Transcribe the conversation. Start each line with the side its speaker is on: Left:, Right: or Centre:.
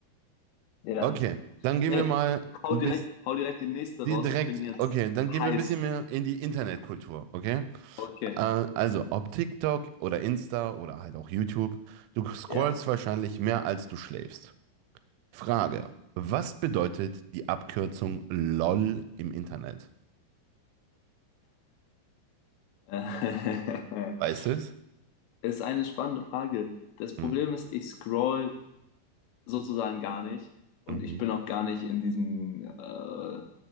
Left: ja.
Right: Okay, dann gehen
Left: Nee,
Right: wir mal
Left: hau
Right: ein
Left: direkt,
Right: bisschen
Left: hau direkt den nächsten raus.
Right: direkt,
Left: Ich bin jetzt
Right: okay, dann gehen
Left: heiß.
Right: wir ein bisschen mehr in die Internetkultur, okay?
Left: Okay,
Right: Äh, Also, ob TikTok oder Insta oder halt auch YouTube, du scrollst
Left: ja.
Right: wahrscheinlich mehr als du schläfst. Frage, was bedeutet die Abkürzung LOL im Internet?
Left: <laughs>
Right: Weißt du es?
Left: Ist eine spannende Frage. Das
Right: Hm,
Left: Problem ist, ich scroll sozusagen gar nicht und
Right: Mhm.
Left: ich bin auch gar nicht in diesem äh,